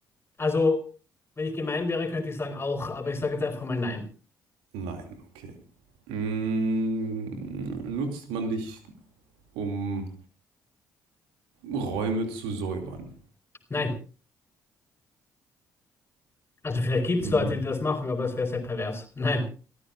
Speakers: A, on the left; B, on the right.
A: Also, wenn ich gemein wäre, könnte ich sagen auch, aber ich sage jetzt einfach mal nein.
B: Nein, okay. Mm, nutzt man dich, um Räume zu säubern?
A: Nein. Also vielleicht gibt
B: Mhm.
A: es Leute, die das machen, aber das wäre sehr pervers. Nein.